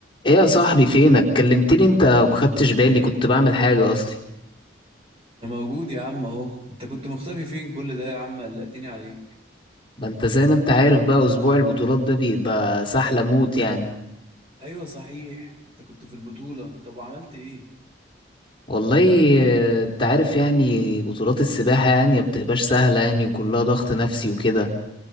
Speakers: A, on the left; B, on the right.
A: ايه يا صاحبي فينك كلمتني انت وما خدتش بالي كنت بعمل حاجة اصلي
B: انا موجود يا عم اهو انت كنت مختفي فين كل ده يا عم قلقتني عليك
A: ما انت زي ما انت عارف بقى اسبوع البطولات ده بيبقى سحلة موت يعني
B: ايوه صحيح انت كنت في البطولة طب وعملت ايه
A: والله آه، انت عارف يعني بطولات السباحة يعني ما بتبقاش سهلة يعني وكلها ضغط نفسي وكده